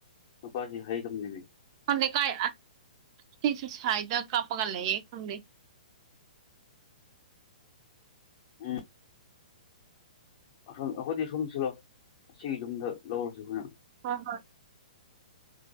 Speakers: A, on the left (about 45°); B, on the right (about 40°).
A: ꯃꯄꯥꯁꯤ ꯍꯥꯏꯗꯕꯅꯤꯅꯦ
B: ꯂꯩ ꯀꯥꯏ ꯁꯤꯁꯨ ꯐꯥꯏꯗ ꯀꯞꯄꯒꯂꯦꯌꯦ ꯈꯪꯗ
A: ꯎꯝ ꯑꯁꯣꯝ ꯑꯩꯈꯣꯏꯗꯤ ꯑ ꯁꯣꯝ ꯁꯤꯜꯂꯣ ꯑꯁꯤꯒꯤ ꯌꯨꯝꯗ ꯂꯧꯔꯨꯁꯤ ꯑꯩꯈꯣꯏꯅ
B: ꯍ ꯍ